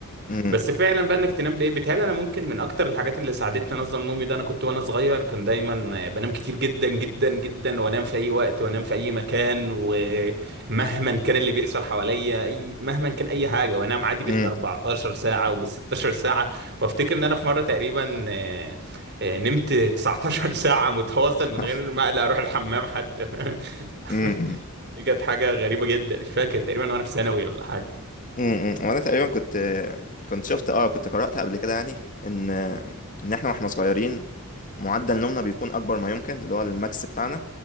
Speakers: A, on the left (about 35°); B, on the right (about 50°).
A: مم.
B: بس فعلا بقى انك تنام بايه بيتهيألي انا ممكن من اكتر الحاجات اللي ساعدتني انظم نومي ده انا كنت وانا صغير كان دايما بنام كتير جدا جدا جدا وانام في اي وقت وانام في اي مكان ومهما كان اللي بيحصل حواليا اي مهما كان اي حاجه وانام عادي بال
A: مم.
B: 14 ساعه وبال 16 ساعه وافتكر ان انا في مره تقريبا آه، آه، نمت 19 <laughs> ساعه متواصل
A: <laughs>
B: من غير ما اقلق اروح الحمام حتى <laughs>
A: مم.
B: دي كانت حاجه غريبه جدا مش فاكر تقريبا وانا في ثانوي ولا
A: امم وانا تقريبا كنت كنت شفت اه كنت قرأت قبل كده يعني ان ان احنا واحنا صغيرين معدل نومنا بيكون اكبر ما يمكن اللي هو الماكس بتاعنا